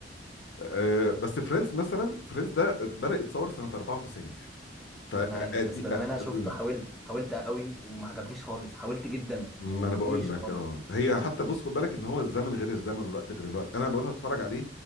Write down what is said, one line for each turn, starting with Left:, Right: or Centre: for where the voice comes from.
Left: آه بس فريندز مثلا فريندز ده بدأ يتصور سنه 94 فدي
Centre: انا عارف بس بالأمانة شفته
Left: قديم
Centre: حاولت حاولت قوي وما عجبنيش خالص حاولت جدا
Left: ما
Centre: ومفيش
Left: انا بقول لك
Centre: خالص
Left: اه هي حتى بص خد بالك ان هو الزمن غير الزمن والوقت غير الوقت انا بدأت اتفرج عليه